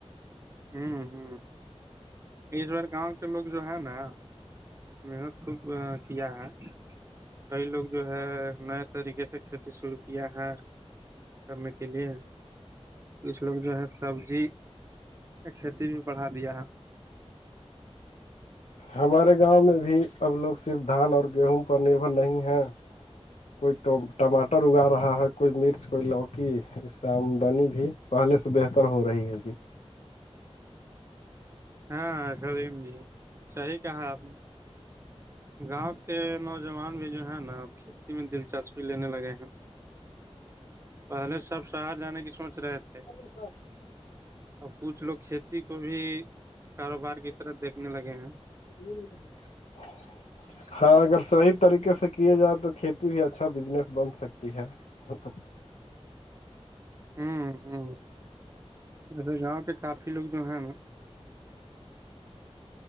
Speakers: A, on the right (about 25°); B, on the left (about 85°).
A: ہوں ہ اس بار گاؤں کے لوگ جو ہے نا محنت خوب کیا ہے کئی لوگ جو ہے نئے طریقے سے کھیتی شرو کیا ہے کرنے کے لیے کچھ لوگ جو ہے سبزی کھیتی بھی بڑھا دیا ہے
B: ہمارے گاؤں میں بھی اب لوگ صرف دھان اور گیہوں پر نربھر نہیں ہیں کوئیٹ ٹماٹر اگا رہا ہے کوئی مرچ کوئی لوکی آمدنی بھی پہلے سے بہتر ہو رہی ہے جی
A: ہاں سلیم جی صحیح کہا آپ نے گاؤں کے نوجوان بھی جو ہے نا کھیتی میں دلچسپی لینے لگے ہیں پہلے سب شہر جانے کی سوچ رہے تھے
B: <unintelligible>
A: ا کچھ لوگ کھیتی کو بھی کاروبار کی طرف دیکھنے لگے ہیں
B: نہیں نہیں کر ہاں اگر صحیح طریقے سے کیے جائے تو کھیتی بھی اچھا بزنس بن سکتی ہے سپت
A: ہوں ہ ایسے گاؤں کے کافی لوگ جو ہیں نا